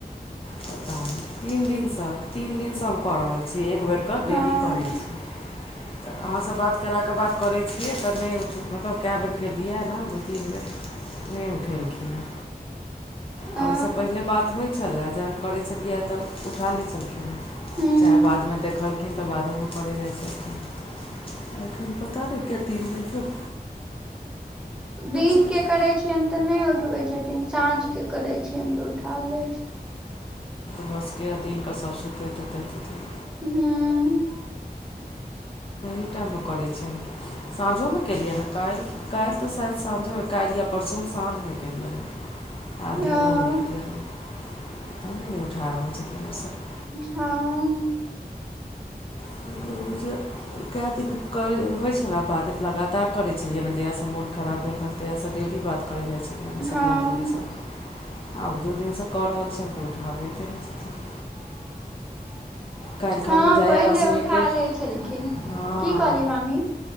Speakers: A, on the left; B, in the centre.
A: <inaudible> पता नै तीन दिन सऽ तीन दिन सऽ हम कऽ रहल छी एक बेर कऽ
B: हँ
A: डेली करै छी <inaudible> अहाँ स‌ऽ बात केला कऽ बात करै छियै तऽ नहि उठै मतलब कै बेर केलियए ना दू तीन बेर नै उठेलखिन हँ आ
B: अ
A: ओइस पहिले बात होइ छलए जखन करै छलियै तऽ उठा लै छलखिन है
B: हूँ
A: चाहे बादमे देखलखिन तऽ बादोमे करै जाइ छलखिन एखन पता नै किए तीन दिन स
B: दिन
A: छलखिन
B: केँ करै छियन तऽ नहि उठबै छथिन साँझ केँ करै छियन तऽ उठा लै छै
A: भसके दिन कऽ सभ सुतैत उतैत हेतिन
B: हूँ
A: कोन टाइममे करै छियनि साँझोमे केलियैने है काइल तऽ शायद साँझो काइल या परसू हम साँझमे केलियैन आ दिनो
B: ओ
A: केलियन <inaudible> फोने नै उठा रहल छथिन ओ सब
B: हँ
A: <unintelligible> कए दिन कै होइ छले बात लगातार करैत छलियै जहियासँ मोन खराब भेल रहलनि तहियास डेली बात करै जाइ छलियन है
B: हँ
A: सपना दीदीसँ आब दू दिनसँ कऽ रहल छियन तऽ उठाबैते नै छथिन
B: <unintelligible>
A: काइल
B: हँ
A: खन बुझाइए
B: पहिले
A: रश्मिके
B: उठा
A: <inaudible>
B: लै छलखिन
A: हँ
B: की कहली मामी